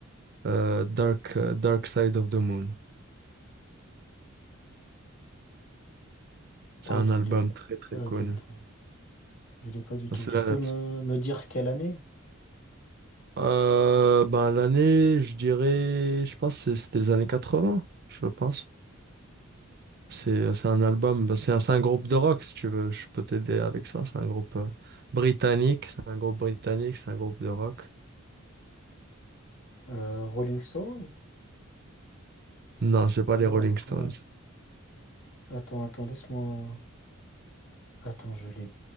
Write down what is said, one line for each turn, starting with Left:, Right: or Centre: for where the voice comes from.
Right: euh, Dark, euh, Dark Side of the Moon? C'est
Left: Oh,
Right: un
Left: je
Right: album
Left: l'ai
Right: très très
Left: pas
Right: connu.
Left: du tout. Je l'ai pas du tout.
Right: C'est
Left: Tu
Right: la-
Left: peux me, me dire quelle année?
Right: euh, ben, l'année, je dirais, je pense que c'est- c'était les années 80, je pense. C'est c'est un album, bah, c'est un, c'est un groupe de rock, si tu veux, je peux t'aider avec ça. C'est un groupe euh, britannique, c'est un groupe britannique, c'est un groupe de rock.
Left: Euh, Rolling Stone?
Right: Non, c'est pas
Left: Non,
Right: les Rolling Stones.
Left: ouais. Attends, attends, laisse-moi. Attends, je l'ai